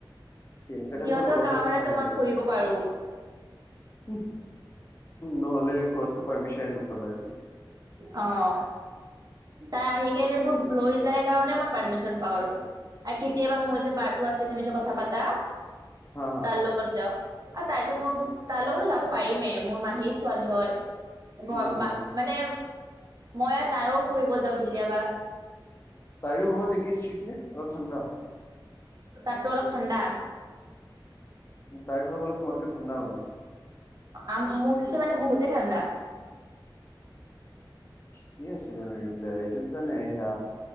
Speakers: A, on the left; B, on the right.
A: তেনেকুৱা টাইপৰ
B: সিহঁতৰ
A: লগৰ
B: কাৰণেতো
A: বিলাক ভাল বাৰু
B: মই ফুৰিব পাৰোঁ।
A: উম, নহ'লে ঘৰততো পাৰ্মিচনে নোপালাহেতেন।
B: অ', তাই আহি কেনেবোৰ লৈ যাই কাৰণে মই পাৰ্মিচন আৰু-আৰু কেতিয়াবা মোৰ যে বাৰটো আছে তুমি যে কথা পাতা।
A: হা হা
B: তাৰ লগত যাওঁ আৰু তাইতো মোৰ, তাইৰ লগতটো যাব পাৰিমেই মোৰ মাহীৰ ছোৱালী হয়। <unintelligible>
A: অ অ
B: মানে মই আৰু তাইও ফুৰিব যাওঁ কেতিয়াবা।
A: তাইৰো ঘৰত একে স্ত্ৰিক্ত নে অলপ ঠাণ্ডা?
B: তাততো অলপ ঠাণ্ডা।
A: তাইৰ ঘৰত অলপ তোমাতকে ঠাণ্ডা মানে?
B: <unintelligible> মুটচে মানে বহুতে ঠাণ্ডা।
A: কি আছে <unintelligible> সেয়া